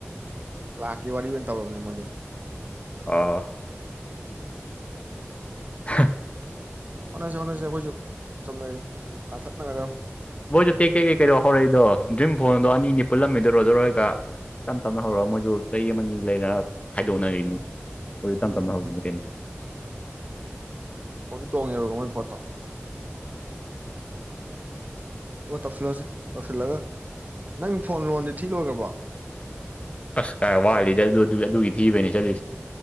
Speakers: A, on the right (about 35°); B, on the left (about 30°).
A: ꯂꯥꯛꯀꯦ ꯋꯥꯔꯤ ꯑꯣꯏꯅ ꯇꯧꯔꯕꯅꯦ ꯃꯣꯏꯗꯤ
B: ꯑꯥ ꯍꯥ
A: ꯍꯣꯠꯅꯁꯤ ꯍꯣꯠꯅꯁꯤ ꯑꯩꯈꯣꯏꯁꯨ ꯆꯝꯅꯔꯤ ꯇꯥꯟꯊꯠꯅꯒꯗꯕ
B: ꯃꯣꯏꯁꯨ ꯇꯦꯛ ꯇꯦꯛ ꯇꯦꯛꯩꯗꯧ ꯍꯧꯔꯛꯏꯗꯣ ꯗ꯭ꯔꯤꯝ ꯐꯣꯟꯗꯣ ꯑꯅꯤ ꯄꯨꯜꯂꯝꯃꯤꯗꯔꯣꯏꯖꯔꯣꯏꯔꯒ ꯇꯞ ꯇꯞꯅ ꯍꯧꯔꯒ ꯃꯣꯏꯁꯨ ꯆꯍꯤ ꯑꯃꯅꯤ ꯂꯩꯔꯒ ꯍꯥꯏꯗꯣꯛꯅꯔꯤꯅꯤ ꯍꯧꯖꯤ ꯇꯝ
A: ꯎꯝ
B: ꯇꯅ ꯍꯧꯧꯕꯅꯤꯡꯅꯤ ꯀꯩꯅꯣ
A: ꯃꯣꯏ ꯇꯣꯡꯉꯦꯕꯀꯣ ꯃꯣꯏ ꯄꯣꯠꯇꯣ ꯑꯣ ꯇꯧꯁꯤꯜꯂꯁꯤ ꯇꯧꯁꯤꯜꯂꯒ ꯅꯪꯒꯤ ꯐꯣꯟ ꯂꯣꯟꯗꯤ ꯊꯤ ꯂꯣꯏꯈ꯭ꯔꯕꯣ
B: ꯑꯁ ꯈꯥꯏ ꯋꯥꯠꯂꯤꯗ ꯑꯗꯨ ꯑꯗꯨꯒꯤ ꯊꯤꯕꯅꯤ ꯆꯠꯂꯤꯁꯦ